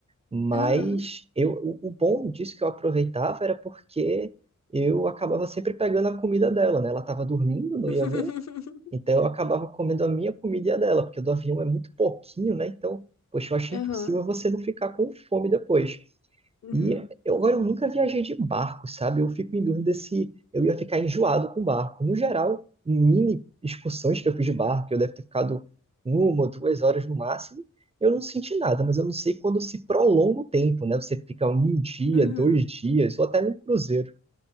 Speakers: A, on the right; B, on the left.
A: Mas
B: Aham.
A: eu, o o bom disso que eu aproveitava era porque eu acabava sempre pegando a comida dela, né? Ela estava dormindo, não
B: <laughs>
A: ia ver, então eu acabava comendo a minha comida e a dela, porque a do avião é muito pouquinho, né? Então, poxa, eu achei
B: Aham.
A: impossível você não ficar com fome depois.
B: Uhum.
A: E eu, agora eu nunca viajei de barco, sabe? Eu fico em dúvida se eu ia ficar enjoado com barco. No geral, mini excursões que eu fiz de barco, eu deve ter ficado uma ou duas horas no máximo, eu não senti nada, mas eu não sei quando se prolonga o tempo, né? Você fica um dia,
B: Uhum.
A: dois dias, ou até num cruzeiro.